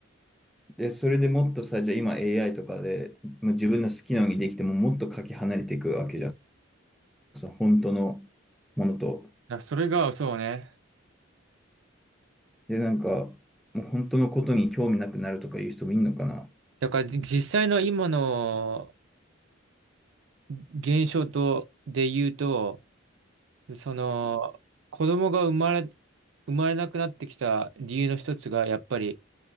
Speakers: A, in the centre; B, on the right (about 70°).
A: で、それでもっとさ、じゃあ今 AI とかで、もう自分の好きなようにできても、もっとかけ離れていくわけじゃん。そう、本当のものと。
B: らそれが、そうね。
A: で、なんか、もう本当のことに興味なくなるとかいう人もいるのかな。
B: だから、じ実際の今の現象と、で言うと、その、子供が生まれ、生まれなくなってきた理由の一つが、やっぱり、